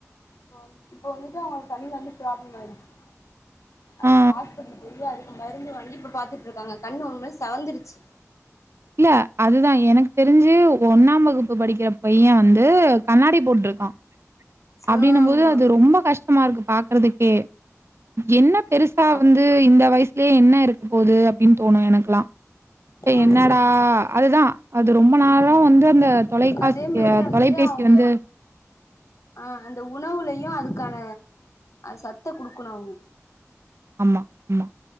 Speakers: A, on the left (about 70°); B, on the right (about 55°).
A: இப்ப வந் இப்போ வந்துட்டு அவங்களோட கண்ணுல வந்து ப்ராப்ளம் ஆயிடுச்சு அது
B: ஆ, ஆ.
A: ஹாஸ்பிடல் போயி அதுக்கு மருந்து வாங்கி இப்ப பாத்துட்ருக்காங்க கண்ணு ஒரு மாயி செவந்துருச்சு
B: இல்ல அதுதா எனக்கு தெரிஞ்சு ஒன்னாம் வகுப்பு படிக்குற பைய வந்து கண்ணாடி போட்ருக்கா அப்டின்னம்
A: ஆமா
B: போது அது ரொம்ப கஷ்டமா இருக்கு பாக்குறதுக்கே என்ன பெருசா
A: ஆமா
B: வந்து இந்த வயசுலயே என்ன இருக்கு போகுது அப்டின்னு தோணு எனக்கெல்லா இப்ப
A: ஆமா
B: என்னடா அதுதா அது ரொம்ப நேரோ
A: ம்
B: வந்து அந்த தொலைக்காட்சிய
A: அதே மாரி வந்துட்டு
B: தொலைபேசி
A: அவங்க
B: வந்து
A: ஆ அந்த உணவுலையு அதுக்கான சத்த குடுக்கணு அவுங்க
B: அமா அமா